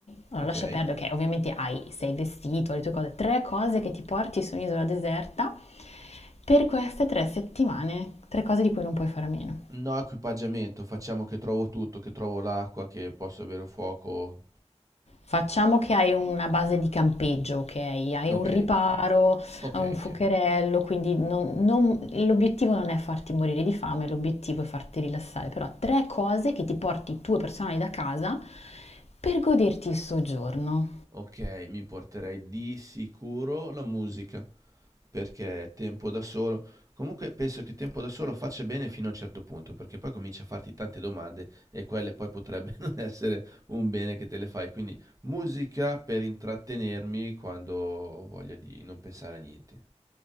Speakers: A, on the left (about 70°); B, on the right (about 30°).
A: Allora
B: Ok.
A: lascia perdere che ovviamente hai, sei vestito, le tue cose. Tre cose che ti porti su un'isola deserta per queste tre settimane, tre cose di cui non puoi fare a meno.
B: No equipaggiamento, facciamo che trovo tutto, che trovo l'acqua, che posso avere un fuoco.
A: Facciamo che hai una base di campeggio, ok? Hai
B: Ok,
A: un riparo,
B: ok,
A: hai
B: ok.
A: un fuocherello,
B: ok.
A: quindi non- non- l'obiettivo non è farti morire di fame, l'obiettivo è farti rilassare, però tre cose che ti porti tue personali da casa per goderti il soggiorno.
B: Ok, mi porterei di sicuro la musica, perché tempo da solo. Comunque penso che tempo da solo faccia bene fino a un certo punto, perché poi comincia a farti tante domande e quelle poi potrebbe <laughs> non essere un bene che te le fai. Quindi musica per intrattenermi quando ho voglia di non pensare a niente.